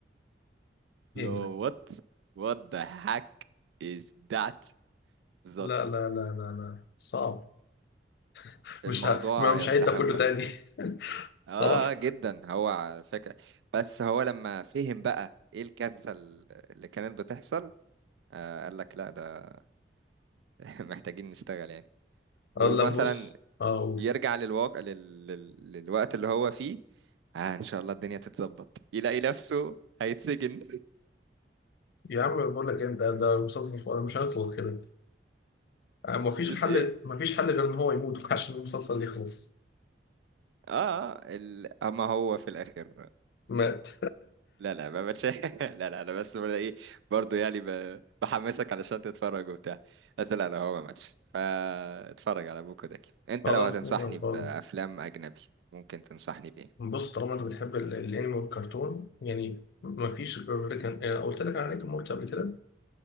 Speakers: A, on the left; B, on the right.
A: ايه
B: لو
A: ده
B: وات وات ذا هاك از ذات بالظبط
A: لا لا لا لا لا صعب <laughs>
B: الموضوع
A: مش ه... ما- مش
B: يستحق
A: هعيد ده كله تاني
B: فعلا
A: <laughs> الصراحة
B: اه جدا هو على فكرة بس هو لما فهم بقى ايه الكارثة ال- اللي كانت بتحصل آه قال لك لا ده <laughs> محتاجين نشتغل يعني
A: اقول
B: ومثلا
A: لك بص اه قول.
B: يرجع للواقع لل... لل... للوقت اللي هو فيه آه ان شاء الله الدنيا تتظبط يلاقي نفسه هيتسجن
A: يا عم بقول لك انت ده مسلسل ف- مش هنخلص كده آه، مفيش
B: <laughs> مش
A: حل
B: ايه
A: مفيش حل غير ان هو يموت <laughs> عشان المسلسل يخلص
B: اه, آه ال... اما هو في الاخر
A: مات
B: لا لا ما بتش... <laughs> لا لا انا بس برضه ايه برضه يعني ب... بحمسك علشان تتفرج وبتاع بس لا لا هو ما ماتش فاتفرج على بوكو داكي انت
A: خلاص
B: لو هتنصحني
A: ممكن اتفرج
B: بافلام اجنبي ممكن تنصحني بايه
A: بص طالما انت بتحب ال- الانمي والكرتون يعني مفيش غير ريك أند- آه، قلت لك على ريك أند مورتي قبل كده